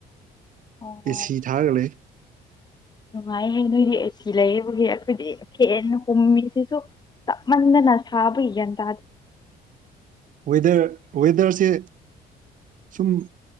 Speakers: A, on the left (about 25°); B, on the right (about 50°).
A: ꯑꯣ
B: ꯑꯦꯁꯤ ꯊꯥꯒ ꯂꯩ
A: ꯅꯨꯡꯉꯥꯏꯍꯦ ꯅꯣꯏꯗꯤ ꯑꯁꯤ ꯑꯁꯤ ꯂꯩꯕꯒꯤ ꯑꯩꯈꯣꯏꯗꯤ ꯐꯦꯟ ꯍꯨꯝꯃꯤꯁꯤꯁꯨ ꯇꯞ ꯃꯟꯗꯅ ꯁꯥꯕꯒꯤ ꯒ꯭ꯌꯥꯟ ꯇꯥꯗꯦ
B: ꯋꯦꯗꯔ ꯋꯦꯗꯔꯁꯦ ꯁꯨꯝ